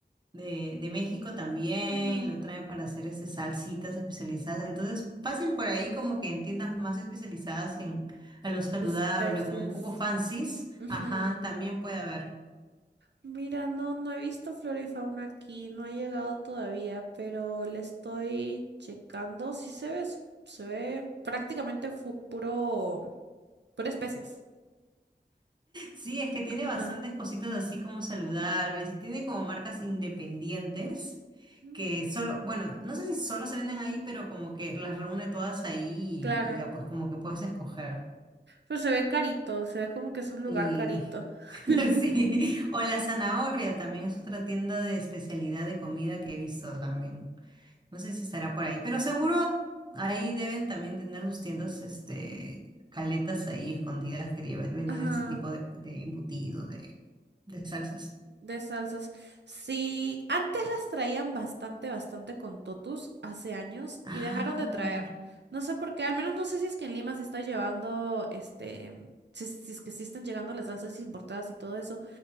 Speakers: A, on the right; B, on the right.
A: de, de México también,
B: ujú,
A: lo traen para hacer este, salsitas especializadas. Entonces, fácil por ahí como que en tiendas más especializadas en, a lo saludable,
B: de especies.
A: como un poco fancies,
B: ujú.
A: ajá, también puede haber.
B: Mira, no, no he visto flora y fauna aquí, no ha llegado todavía, pero le estoy checando. Sí se ve, s- se ve prácticamente fu- puro, pura especies.
A: Sí, es que tiene
B: Ajá.
A: bastantes cositas así como saludables y tiene como marcas independientes
B: Mm,
A: que solo, bueno, no sé si solo se venden ahí, pero como que las reúne todas ahí
B: Claro,
A: y, y ya pues como que puedes escoger.
B: pero se ve carito, se ve como que es un lugar
A: sí
B: carito.
A: <laughs>
B: <laughs>
A: sí, o la zanahoria también es otra tienda de especialidad de comida que he visto también. No sé si estará por ahí, pero seguro ahí deben también tener sus tiendas, este, caletas ahí escondidas que lleven- vendan
B: Ajá.
A: ese tipo de, de embutido, de, de salsas.
B: de salsas. Sí, antes las traían bastante, bastante con totus hace años
A: Ah,
B: y dejaron de traer. No sé por qué, al menos no sé si es que en Lima se está llevando, este, si, si es que sí están llegando las salsas importadas y todo eso,